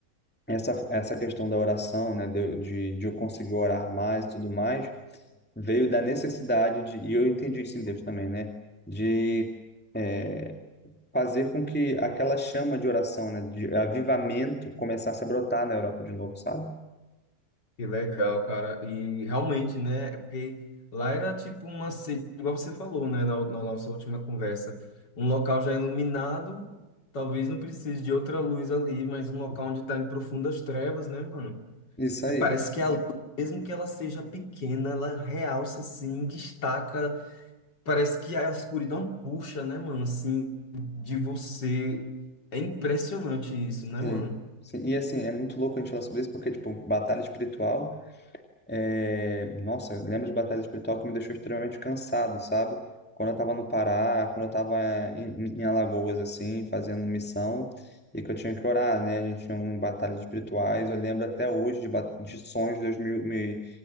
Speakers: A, in the centre; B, on the left.
A: essa, essa questão da oração, né, de, de, de eu conseguir orar mais e tudo mais, veio da necessidade de, e eu entendi isso em Deus também, né, de é, fazer com que aquela chama de oração, né, de avivamento começasse a brotar na Europa de novo, sabe?
B: que legal, cara. E realmente, né? É porque lá era tipo uma sede, igual você falou, né? Na, na nossa última conversa. Um local já iluminado, talvez não precise de outra luz ali, mas um local onde tá em profundas trevas, né, mano?
A: Isso
B: É,
A: aí.
B: parece que a luz, mesmo que ela seja pequena, ela realça, assim, destaca. Parece que a escuridão puxa, né, mano? Assim, de você. É impressionante isso,
A: Sim.
B: né, mano?
A: Sim. E assim, é muito louco a gente falar sobre isso, porque, tipo, batalha espiritual É, nossa, eu lembro de batalha espiritual que me deixou extremamente cansado, sabe? Quando eu tava no Pará, quando eu tava em, em Alagoas, assim, fazendo missão, e que eu tinha que orar, né? A gente tinha um batalhas espirituais, eu lembro até hoje de, ba- de sonhos, Deus me, me,